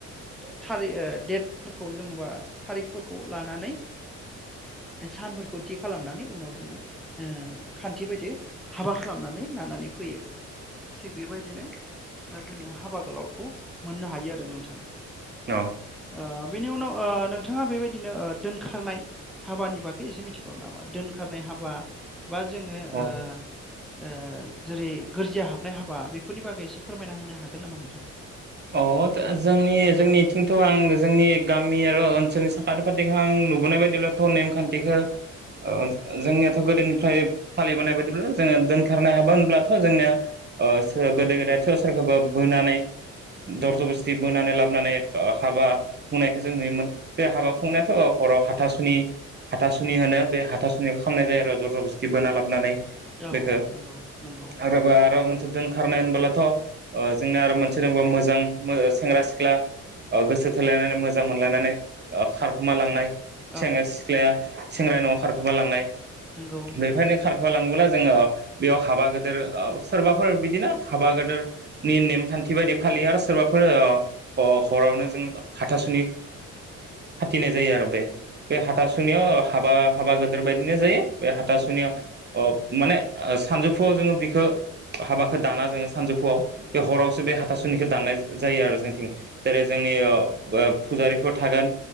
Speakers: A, in the centre; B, on the right.
A: था-थारि ओ डेटफोरखौ जोंबा थारिखफोरखौ लानानै सानफोरखौ थि खालामनानै उनाव जोङो ओ खान्थि बायदि हाबा खालामनानै लानानै फैयो थिग बेबायदिनो जोङो हाबा गोलावखौ मोननो हायो आरो नोंथां।
B: औ
A: ओ बेनि उनाव ओ नोंथाङा बेबायदिनो ओ दोनखारनाय हाबानि बागै एसे मिथिगौ नामा? दोनखारनाय हाबा बा जोङो
B: औ
A: ओ ओ जेरै गोरजिया हाबनाय हाबा बेफोरनि बागै एसे फोरमायना होनो हागोन नामा नोंथां?
B: अ था जोंनि जोंनिथिंथ' आं जोंनि गामि आरो ओनसोलनि साखाथि फाथिखौ आं नुबोनाय बायदिब्लाथ' नेमखान्थिखो ओ जोंनियाथ' गोदोनिफ्राय फालिबोनाय बायदिब्ला जोङो दोनखारनाय हाबा होनब्लाथ' जोंनिया ओ सोर गोदो गोदायथ' सोरखौबा बोनानै दर
A: नंगौ
B: ज'बस्थि बोनानै लाबोनानै ओ हाबा खुंनायखौ जों नुयोमोन बे हाबा खुंनायाथ' हराव हाथासुनि हाथासुनि होनो बे हाथासुनिखौ खामनाय जायो आरो जर ज'बस्थि बोना लाबोनानै
A: औ
B: बेखो
A: नंगौ नंगौ
B: आरोबा आरो मोनसे दोनखारनाय होनबोलाथ' थ ओ जोंना आरो मोनसे जोंबो मोजां मो सेंग्रा सिख्ला ओ गोसो थोलायनानै मोजां मोनलायनानै ओ खारखोमा लांनाय। सेंग्रा
A: औ
B: सिख्लाया सेंग्रानि न'आव खारखोमा लांनाय।
A: नंगौ
B: बेफायनो खार लांङोबोला जोङो बेयाव हाबा गोदोर ओ सोरबाफोर बिदिनो हाबा गेदेरनि नेमखान थि बायदि फालियो आरो सोरबाफोर ओ ह-हरावनो जों हाथासुनि फाथिनाय जायो आरो बे बे हाथासुनियाव हाबा हाबा गोदोर बायदिनो जायो बे हाथासुनियाव अ माने ओ सानजौफुआव जोङो बिखौ हाबाखौ दाना जोङो सानजौफुआव बे हराव बे हाथासुनिखौ दाननाय जायो आरो जोंथिं जेरै जोंनि ओ फुजारिफोर थागोन